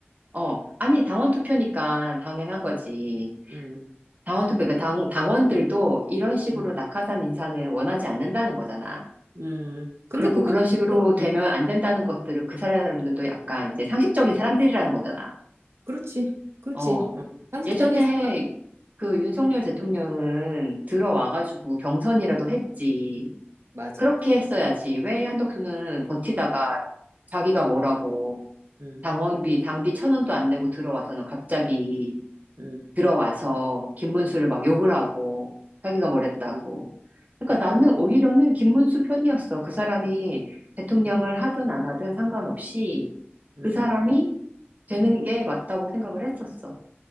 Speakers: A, on the right; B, on the right.
A: 어, 아니, 당원 투표니까 당연한 거지.
B: 음, 음,
A: 당원 투표, 그러니까 당, 당원들도 이런 식으로
B: 음,
A: 낙하산 인사는 원하지 않는다는 거잖아.
B: 음. 근데
A: 그리고
B: 그것도,
A: 그런 식으로 되면
B: 음,
A: 안 된다는 것들을 그 사람들도 약간 이제 상식적인 사람들이라는 거잖아.
B: 그렇지. 그렇지.
A: 어.
B: 어. 상식적인
A: 예전에
B: 사과.
A: 그 윤석열 대통령은 들어와가지고 경선이라도 했지.
B: 맞아.
A: 그렇게 했어야지. 왜 한덕수는 버티다가 자기가 뭐라고
B: 음,
A: 당원비, 당비 천 원도 안 내고 들어와서는 갑자기
B: 음,
A: 들어와서 김문수를 막 욕을 하고 자기가 뭐랬다고.
B: 음,
A: 그러니까 나는 오히려는 김문수 편이었어. 그 사람이 대통령을 하든 안 하든 상관없이
B: 음.
A: 그 사람이 되는 게 맞다고 생각을 했었어.